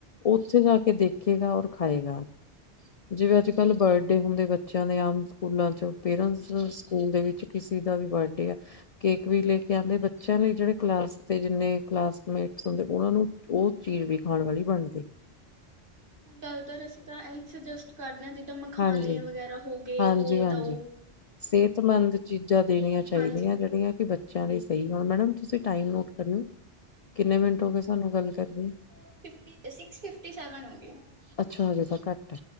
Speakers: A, on the left; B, on the right.
A: ਉੱਥੇ ਜਾ ਕੇ ਦੇਖੇਗਾ ਔਰ ਖਾਏਗਾ ਜਿਵੇਂ
B: ਹਾਂਜੀ
A: ਅੱਜ ਕੱਲ੍ਹ
B: ਹੁਣ
A: ਬਰਡੇ ਹੁੰਦੇ ਬੱਚੇ ਬੱਚ ਨੇ ਆਮ ਸਕੂਲਾਂ ਚੋਂ ਪੇਰੈਂਟਸ ਸਕੂਲ ਦੇ ਵਿੱਚ ਕਿਸੇ ਦਾ ਵੀ ਬਰਡੇ ਆ ਕੇਕ ਵੀ ਲੈ ਕੇ ਆਉਂਦੇ ਬੱਚਿਆਂ ਲਈ ਜਿਹੜੇ ਕਲਾਸ ਦੇ ਜਿੰਨੇ ਕਲਾਸਮੇਟਸ ਹੁੰਦੇ ਉਹਨਾਂ ਨੂੰ ਉਹ ਚੀਜ਼ ਵੀ ਖਾਣ ਵਾਲੀ ਬਣਦੀ ਆ
B: ਹੁਣ ਜ਼ਿਆਦਾਤਰ ਅਸੀਂ ਤਾਂ ਇਹੀ ਸੁਜੈਸਟ ਕਰਦੇ ਹਾਂ ਜਿੱਦਾਂ ਮਖਾਨਣੇ
A: ਹਾਂਜੀ,
B: ਵਗੈਰਾ ਹੋ ਗਏ
A: ਹਾਂਜੀ,
B: ਉਹ
A: ਹਾਂਜੀ।
B: ਦਉ
A: ਸਿਹਤਮੰਦ ਚੀਜ਼ਾਂ ਦੇਣੀਆਂ ਚਾਹੀਦੀਆਂ
B: ਹਾਂਜੀ।
A: ਜਿਹੜੀਆਂ ਕਿ ਬੱਚਿਆਂ ਲਈ ਸਹੀ ਹਣ ਮੈਡਮ ਤੁਸੀਂ ਟਾਈਮ ਨੋਟ ਕਰਓ ਕਿੰਨੇ ਮਿੰਟ
B: ਹਾਂਜੀ
A: ਹੋ ਗ ਸਾਨੂੰ
B: ਮੈਂ ਕਰ
A: ਗੱਲ
B: ਰਿਹਾ
A: ਕਰਦੀ
B: four fifty six fifty seven ਹੋ ਗਏ।
A: ਅੱਛਾ ਹਜੇ ਤਾਂ ਘੱਟ